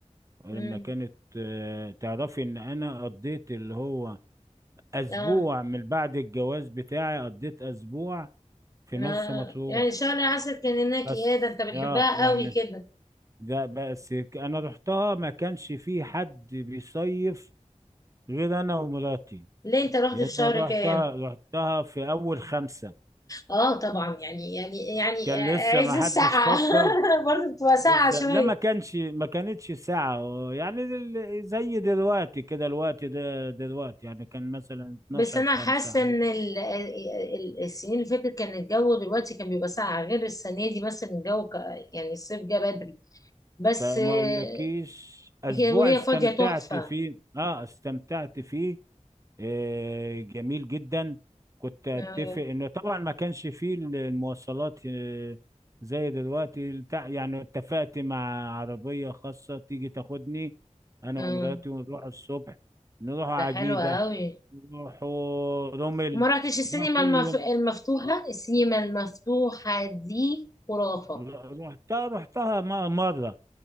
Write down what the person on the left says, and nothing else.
امم
اه
آه.
يعني شهر عسل كان هناك
ايه ده انت بتحبها
قوي كده
ليه انت رحت
في شهر
كام
اه طبعا يعني يعني يعني
آه،
عز
السقعه
<laughs> برضه بتبقى ساقعه
شويه
بس انا
حاسه
ان
ال- ال- السنين اللي فاتت كان الجو دلوقتي كان بيبقى ساقع غير السنه دي مثلا الجو ك- يعني الصيف جه بدري بس
آه،
هي وهي
فاضيه تحفه
آه،
آه،
ده حلو قوي
وما رحتش السينما
المف...
المفتوحه السينما المفتوحه دي خرافه